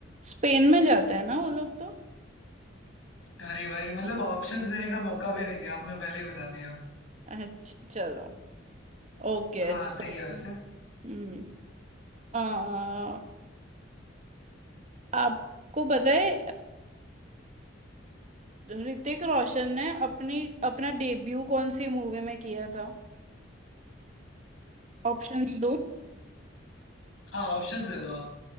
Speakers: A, on the right; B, on the left.
A: स्पेन में जाते हैं ना वो लोग तो
B: अरे भाई मतलब ऑप्शंस देने का मौका भी नहीं दिया आपने पहले ही बता दिया
A: अच्छा चलो ओके
B: हाँ
A: तो
B: सही है वैसे अ,
A: हम्म अ, आपको पता है ऋतिक रोशन ने अपनी अपना डेब्यू कौन सी मूवी में किया था ऑप्शंस दो
B: हाँ ऑप्शंस दे दो आप